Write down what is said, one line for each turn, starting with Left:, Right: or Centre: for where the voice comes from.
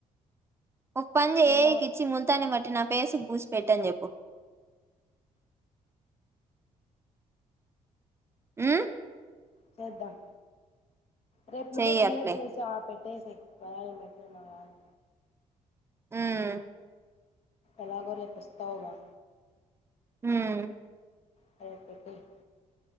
Right: ఒక్ పన్ చెయ్
Left: నిన్న
Right: కిచ్చి ముల్తాని మ నా పేస్ కి బూసి పెట్టని చెప్పు మ్....
Left: చేద్దాం రేపు నువ్వే
Right: చెయ్యి
Left: క్రియేట్
Right: అట్లే
Left: చేసి ఆపెయ్ కావాలని పెట్టలే నాకు రాదు
Right: ఉమ్
Left: ఎలాగో రేప్ వేస్తావ్ గ
Right: ఉమ్
Left: సరే పెట్టేయ్